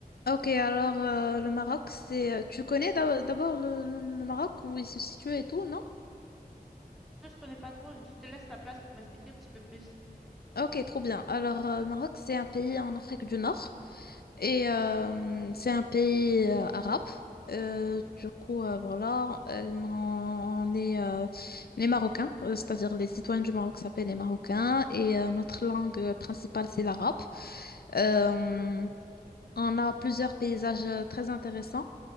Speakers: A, on the left; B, in the centre.
A: Ok, alors euh, le Maroc, c'est... euh, Tu connais d'ab- d'abord le, le- le Maroc, où il se situe et tout, non?
B: Non, je connais pas trop. Je te laisse ta place pour m'expliquer un petit peu plus.
A: Ok, trop bien. Alors, euh, le Maroc, c'est un pays en Afrique du Nord. Et euh, c'est un pays euh, arabe. Euh, du coup, euh, voilà, euh, on est euh, les Marocains, euh, c'est-à-dire les citoyens du Maroc s'appellent les Marocains et euh, notre langue euh, principale, c'est l'arabe. Euh, on a plusieurs paysages euh, très intéressants